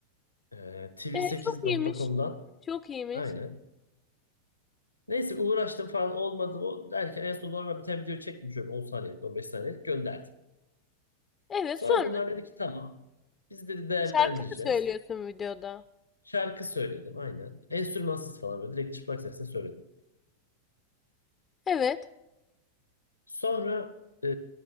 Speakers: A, on the left; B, on the left.
A: Ee, tv8.com'dan.
B: Ee çok iyiymiş. Çok iyiymiş.
A: Aynen. Neyse uğraştım falan olmadı o derken en son normal bir tane video çektim şöyle 10 saniyelik 15 saniyelik gönderdim.
B: Evet
A: Sonra
B: sonra
A: bunlar dedi ki tamam. Biz dedi değerlendireceğiz.
B: şarkı mı söylüyorsun videoda?
A: Şarkı söyledim aynen. Enstrümansız falan böyle direkt çıplak sesle söyledim.
B: Evet.
A: Sonra e,